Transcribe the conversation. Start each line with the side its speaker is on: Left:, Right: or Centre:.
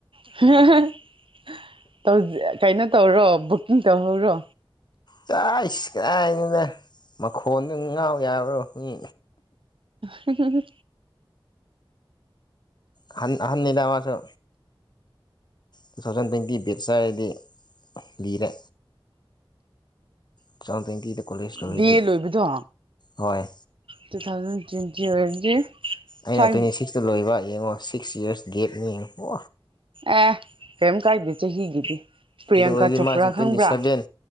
Right: <unintelligible> ꯀꯩꯅꯣ ꯇꯧꯔꯣ ꯕꯨꯀꯤꯡ ꯇꯧꯍꯧꯔꯣ
Left: ꯆꯥꯏꯁ ꯀꯥꯏꯗꯨꯅꯦ ꯃꯈꯣꯟꯗꯨ ꯉꯥꯎ ꯌꯥꯕ꯭ꯔꯣ ꯃꯤ
Right: ꯍꯨꯝꯍꯨꯝꯍꯨꯝ
Left: ꯑꯍꯟ ꯑꯍꯟꯅꯤꯗ ꯃꯥꯁꯨ ꯇꯨ ꯊꯥꯎꯖꯟ ꯇ꯭ꯋꯦꯟꯇꯤ ꯕꯦꯠꯁ ꯍꯥꯏꯔꯗꯤ ꯂꯤꯔꯦ ꯇꯨ ꯊꯥꯎꯖꯟ ꯇ꯭ꯋꯦꯟꯇꯤꯗ ꯀꯣꯂꯦꯖ ꯂꯣꯏꯔꯗꯤ
Right: ꯕꯤ ꯑꯦ ꯂꯣꯏꯕꯗꯣ
Left: ꯍꯣꯏ
Right: ꯇꯨ ꯊꯥꯎꯖꯟ ꯇ꯭ꯋꯦꯟꯇꯤ <unintelligible> <inaudible>
Left: ꯑꯩꯅ
Right: ꯐꯥꯏꯚ
Left: ꯇ꯭ꯋꯦꯟꯇꯤ ꯁꯤꯛꯁꯇ ꯂꯣꯏꯕ ꯌꯦꯡꯉꯣ ꯁꯤꯛꯁ ꯌꯔꯁ ꯒꯦꯕꯅꯤ ꯍꯣ
Right: ꯑ ꯀꯩꯝ ꯀꯥꯏꯗꯦ ꯆꯍꯤꯒꯤꯗꯤ ꯄ꯭ꯔꯤꯌꯥꯡꯀꯥ
Left: ꯑꯗꯨ ꯑꯣꯏꯔꯗꯤ
Right: ꯆꯣꯄ꯭ꯔꯥ
Left: ꯃꯥꯁꯦ ꯇ꯭ꯋꯦꯟꯇꯤ
Right: ꯈꯪꯕ꯭ꯔꯥ
Left: ꯁꯚꯦꯟ